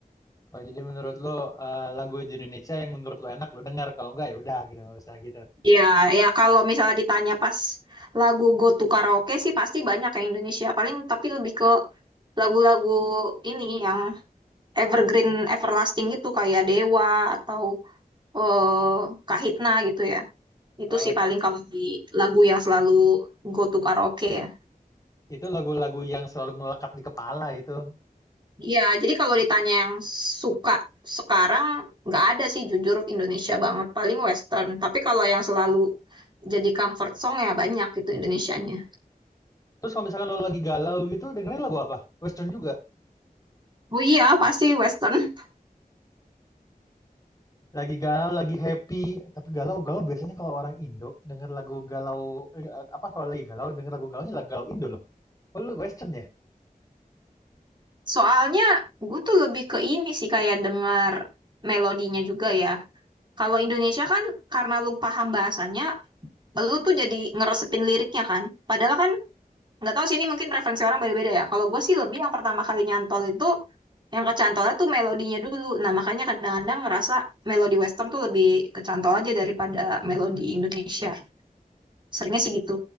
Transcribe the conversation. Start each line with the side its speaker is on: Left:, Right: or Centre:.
Left: Oh, jadi menurut lu eh, lagu di Indonesia yang menurut lu enak lu dengar, kalau enggak ya udah gitu, nggak usah gitu.
Right: Iya, ya kalau misalnya ditanya pas lagu go to karaoke sih pasti banyak yang Indonesia paling tapi lebih ke lagu-lagu ini yang evergreen everlasting gitu kayak Dewa atau eh Kahitna gitu ya itu
Left: Oh,
Right: sih paling kalau di lagu yang selalu go to karaoke ya
Left: itu lagu-lagu yang selalu melekat di kepala itu.
Right: Iya, jadi kalau ditanya yang suka sekarang, nggak ada sih jujur Indonesia banget, paling Western. Tapi kalau yang selalu jadi comfort song ya banyak itu Indonesianya.
Left: Terus kalau misalkan lu lagi galau gitu, dengerin lagu apa? Western juga.
Right: Oh iya, pasti Western.
Left: Lagi galau, lagi happy, tapi galau-galau biasanya kalau orang Indo denger lagu galau eh, apa kalau lagi galau denger lagu galaunya lagu galau Indo loh. Oh, lu Western ya?
Right: Soalnya gue tuh lebih ke ini sih kayak denger melodinya juga ya. Kalau Indonesia kan karena lu paham bahasanya, lu tuh jadi ngeresepin liriknya kan. Padahal kan nggak tahu sih ini mungkin referensi orang beda-beda ya. Kalau gue sih lebih yang pertama kali nyantol itu Yang kecantola tuh melodinya dulu. Nah, makanya kadang-kadang ngerasa melodi western tuh lebih kecantol aja daripada melodi Indonesia. Seringnya sih gitu.